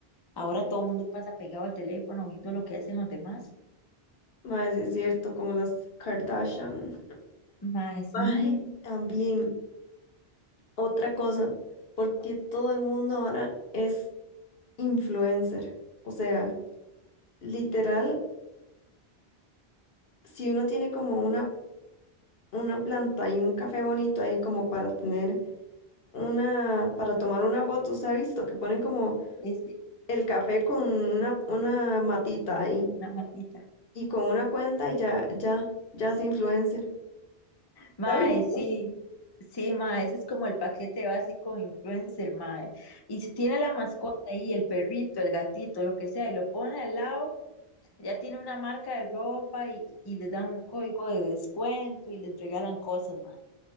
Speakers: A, on the left; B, on the left.
A: Ahora todo el mundo pasa pegado al teléfono viendo lo que hacen los demás.
B: Mae, sí es cierto, como las Kardashian.
A: Mae, sí,
B: Mae, también otra cosa, porque todo el mundo ahora es influencer. O sea, literal, si uno tiene como una, una planta y un café bonito ahí como para tener una, para tomar una foto, se ha visto que ponen como
A: es cierto,
B: el café con una, una matita ahí
A: una matita.
B: y con una cuenta y ya, ya, ya es influencer.
A: Mae,
B: ¿Se visto?
A: sí, sí, mae, ese es como el paquete básico de influencer, mae. Y si tiene la mascota ahí, el perrito, el gatito, lo que sea, y lo pone al lado. Ya tiene una marca de ropa y, y les dan un código de descuento y les regalan cosas, mae.